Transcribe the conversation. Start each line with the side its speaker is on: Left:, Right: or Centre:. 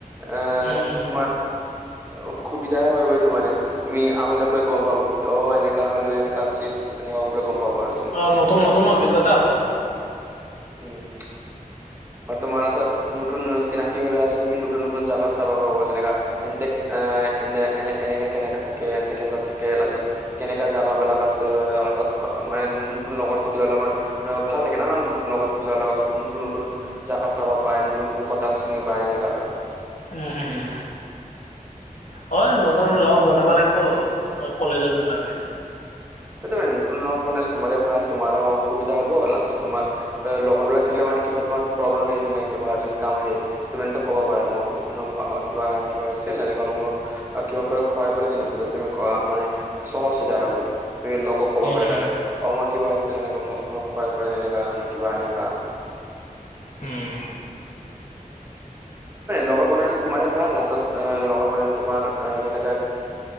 Right: আহ,
Left: উম উম
Right: তোমাৰ অসুবিধা হয়, বুলি তো, মানে তুমি আগত যাবলৈ গম পাব, অ, এনেকা হ'লে এনেকা আছিল এনেকে কবলে গম পাব আৰু। তুমি
Left: অ, নতুন, নতুন, অভিজ্ঞতা হ'ব।
Right: উম, আৰু তোমাৰ আছত নতন, চিনাকি হৈলে আছে তুমি নতন, নতন, জাগা চাবা পাব যেনেকা এন্তেক এ, এনে এ, এনেকা কেনেকা থাকে, এন্তে কেনে থাকে লাষ্টত। কেনেকা জাগাবিলাক আছে‌, আলাচত মানে নতুন লগৰ থাকিলে অলপমান অ, ভাল থাকে ন, নতুন লগত থাকিলে অলপ নতুন, নতুন, জাগা চাবা পায়, নতুন, নতুন কথা চিনি পায়, এনেকুৱা আৰু।
Left: উম, উম, হয় নতুন লগ বনাব লাগিব। কলেজত যোৱাৰ
Right: উম
Left: কে।
Right: <unintelligible> বনালে তোমাৰে ভাল, তোমাৰো সুবিধা হ'ব, লাষ্টত তোমাৰ অ, লগৰবিলাক থাকিলে মানে কিবা তোমাৰ প্ৰব্লেম আহিল, যেনে কিবা এ, কাম আহিল। তুমিতো কব, পাৰা মোক মানে আ, কিবা, কিবা, আছিল। এনেকে অলপ মোক কিবা কৰি সহায় কৰি দি না, তেতিয়া তুমি অ, মানে সহজে যে আৰু মানে, তুমি লগক ক'ব
Left: উম
Right: পাৰা,
Left: উম
Right: ডাইৰেক। অ, মোৰ কিবা আছিলে, এনেকা মোক <unintelligible>
Left: উম
Right: লগৰ বনালে তোমাৰে ভাল, লাচটত আহ লগৰ বনালে তোমাৰ আহ যেনেকা